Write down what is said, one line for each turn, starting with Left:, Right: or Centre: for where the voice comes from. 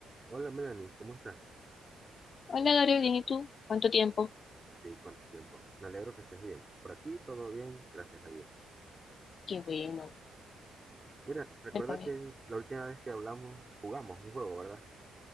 Right: Hola Melanie, ¿cómo estás?
Left: Hola Gabriel, bien, ¿y tú? ¿Cuánto tiempo?
Right: Sí, cuánto tiempo. Me alegro que estés bien. Por aquí todo bien, gracias a Dios.
Left: Qué bueno.
Right: Mira, recuerda
Left: Cuéntame.
Right: que la última vez que hablamos jugamos un juego, ¿verdad?